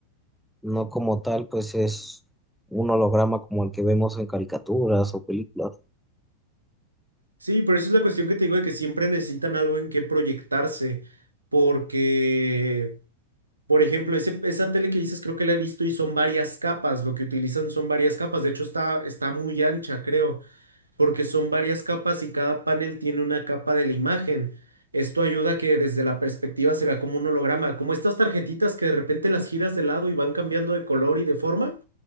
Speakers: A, in the centre; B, on the right.
A: no como tal, pues es un holograma como el que vemos en caricaturas o películas.
B: Sí, pero eso es la cuestión que te digo de que siempre necesitan algo en qué proyectarse, porque... Por ejemplo, ese- esa tele que dices creo que la he visto y son varias capas, lo que utilizan son varias capas, de hecho está, está muy ancha, creo, porque son varias capas y cada panel tiene una capa de la imagen. Esto ayuda a que desde la perspectiva se vea como un holograma, como estas tarjetitas que de repente las giras de lado y van cambiando de color y de forma,